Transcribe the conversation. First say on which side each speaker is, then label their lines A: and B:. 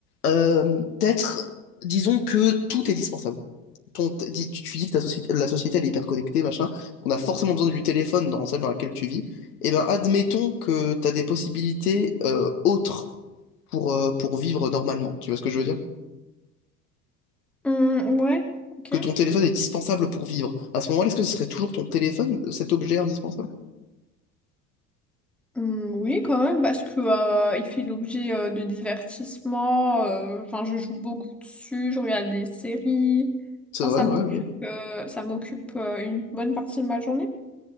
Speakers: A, on the left; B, in the centre.
A: Euh, peut-être, disons que tout est dispensable. Ton- t- dis- tu tu dis que ta société, la société elle est hyper connectée, machin, qu'on a forcément besoin du téléphone dans celle dans laquelle tu vis. Eh ben, admettons que tu as des possibilités euh, autres pour, euh, pour vivre normalement. Tu vois ce que je veux dire?
B: Hum, ouais, ok.
A: Que ton téléphone est dispensable pour vivre. À ce moment-là, est-ce que ce serait toujours ton téléphone, cet objet indispensable?
B: Hum, oui, quand même, parce que euh, il fait l'objet euh, de divertissements. euh, Enfin, je joue beaucoup dessus, je regarde des séries.
A: C'est
B: Enfin,
A: vrai,
B: ça
A: ouais,
B: m'occupe,
A: ok.
B: euh, ça m'occupe euh, une bonne partie de ma journée.